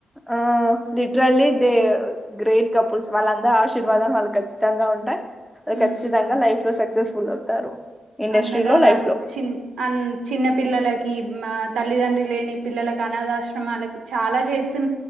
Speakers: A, in the centre; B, on the right.
A: ఆ లిటరల్లీ దే గ్రేట్ కపుల్స్ వాళ్ళందరి ఆశీర్వాదాలు వాళ్ళు ఖచ్చితంగా ఉంటాయి
B: మ్మ్
A: ఖచ్చితంగా లైఫ్ లో సక్సెస్ ఫుల్ అవుతారు. ఇండస్ట్రీలో
B: అన్నదానాలు
A: లైఫ్ లో
B: చిన్ అన్ చిన్న పిల్లలకి. మా తల్లిదండ్ర్రి లేని పిల్లలలకు అనాథాశ్రమాలకి చాలా చేస్